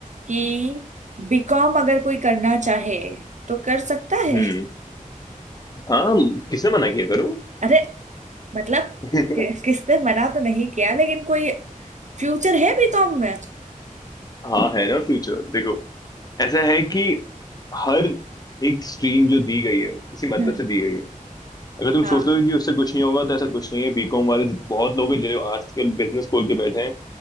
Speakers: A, on the right; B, on the left.
A: कि बीकॉम अगर कोई करना चाहे तो कर सकता है
B: हम्म हाँ किसने मना किया करो
A: अरे मतलब
B: <laughs>
A: कि, किसने मना तो नहीं किया लेकिन कोई फ्यूचर है बीकॉम में
B: हाँ है ना फ्यूचर देखो ऐसा है कि हर एक स्ट्रीम जो दी गई है किसी मतलब
A: हम्म
B: से दी गई है अगर तुम
A: हाँ
B: सोच रहे हो कि उससे कुछ नहीं होगा तो ऐसा कुछ नहीं है बीकॉम वाले जित- बहुत लोग हैं जो आजकल बिजनेस खोल के बैठे हैं